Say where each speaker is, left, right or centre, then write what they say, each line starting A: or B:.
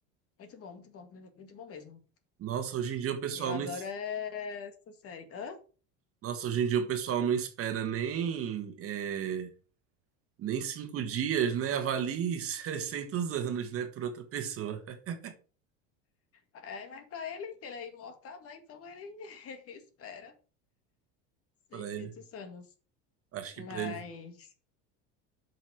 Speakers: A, on the left (about 40°); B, on the right (about 40°).
A: Muito bom, muito bom, muito bom mesmo.
B: Nossa, hoje em dia o pessoal
A: Eu adoro
B: não, es-
A: é, essa série. Hã?
B: Nossa, hoje em dia o pessoal não espera nem é, nem cinco dias, né? Avalie <laughs> 600 anos, né, por outra pessoa. <laughs>
A: É, mas pra ele, ele é imortal, né? Então ele <laughs> espera 600
B: Para ele,
A: anos.
B: acho
A: Mas
B: que para ele,